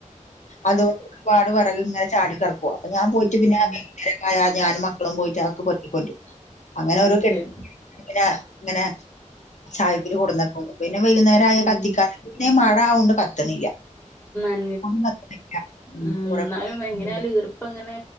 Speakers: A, on the left (about 65°); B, in the centre.
A: അതോണ്ട് ഒരുപാട് പറയ ഇങ്ങനെ ചാടിക്കിറക്കുവോ അപ്പൊ ഞാൻ പോയിട്ട്
B: ഉം
A: പിന്നെ
B: ഉം
A: ഞാനും മക്കളും പോയിട്ട് ആെ പെറക്കിക്കൊണ്ട് അങ്ങനെ
B: അത്
A: ഒരുോ കെട്ട
B: ശരി
A: അങ്ങനെ അങ്ങനെ ചായഗരി കൊടുന്നക്കന്നുന്നു പിന്നെ പിെ വൈകുന്നേരം ആയാ
B: ഉം
A: കത്തിക്കൻ പിന്നെ മഴ ആൊണ്ട് കത്തണില്ല
B: േ ഉ
A: ഒന്നും കത്തണില്ല ഉം
B: എന്നാലും
A: ഇവിടെ കുടിയിരുന്നില്ല.
B: എങ്ങനെയാലും ഈർപ്പ ഇങ്ങനെ